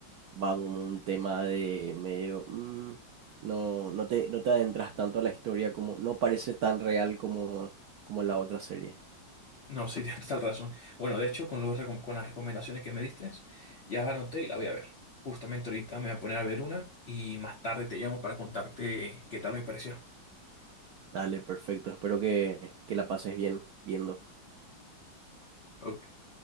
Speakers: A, on the right; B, on the left.
A: vamos a un tema de medio, mm, no, no te, no te adentras tanto a la historia como, no parece tan real como, como en la otra serie.
B: No, sí, <laughs> tienes total razón. Bueno, de hecho, con, los recom- con las recomendaciones que me diste, ya la anoté y la voy a ver. Justamente ahorita me voy a poner a ver una y más tarde te llamo para contarte qué tal me pareció.
A: Dale, perfecto, espero que, que la pases bien viendo.
B: Ok.